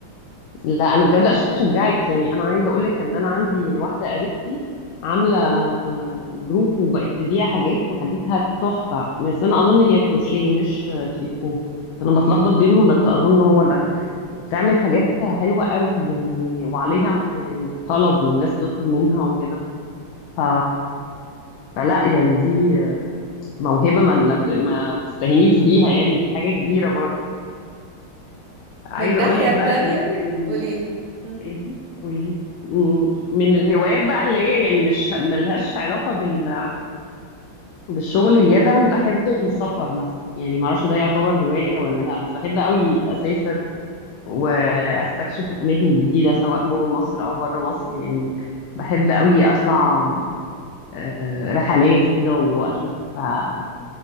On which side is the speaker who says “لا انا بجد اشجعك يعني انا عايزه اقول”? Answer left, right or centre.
Left